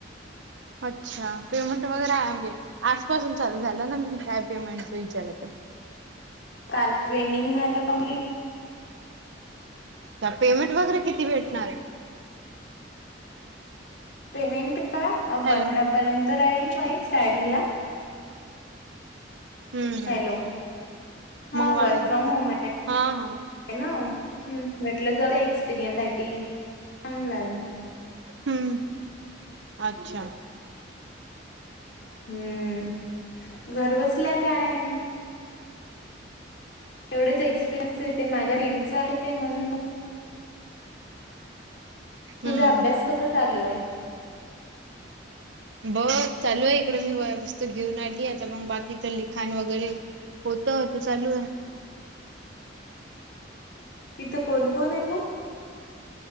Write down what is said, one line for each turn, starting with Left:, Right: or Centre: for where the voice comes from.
Right: अच्छा पेमेंट वगैरे आहे म्हणजे. आजपासून चालू झालं ना म्हे काय पेमेंटचा विचारत आहे.
Left: काल ट्रेनिंग झालं कंप्लीट
Right: तर पेमेंट वगैरे किती भेटणार आहे.
Left: पेमेंट का
Right: हॅलो
Left: पंधरा पर्यंत राहील म स्टार्टिंगला
Right: हम्म हम्म.
Left: हॅलो हा
Right: मग वाढेल
Left: वर्क फ्रॉम होम आहे.
Right: हा हा
Left: ना म्हटलं जाऊ एक्सपिरियन्स सा चांगला आहे.
Right: हम्म. अच्छा
Left: हम्म गर्वस्थ तसल्या काय? तेवढेच एक्सपिरियन्स येते माझ्या फीलल्डचा आहे ते म्हणून मग. तुझा
Right: हम्म
Left: अभ्यास कसा चालू आहे?
Right: बस. चालू आहे इकडे मी वह्या पुस्तके, घेऊन आणली आता मग बाकी तर लिखाण वगैरे होत तव्हा ते चालू हे.
Left: तिथं कोण कोण आहे मग?